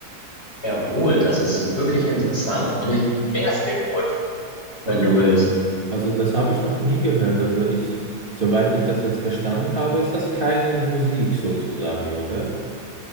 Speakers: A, on the left; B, on the right.
A: erholt. Also es ist wirklich
B: Okay,
A: interessant
B: okay,
A: und ich erkläre
B: okay,
A: es dir kurz,
B: okay.
A: wenn du willst.
B: Also das habe ich noch nie gehört. Also ich, soweit ich das jetzt verstanden habe, ist das keine Musik sozusagen, oder?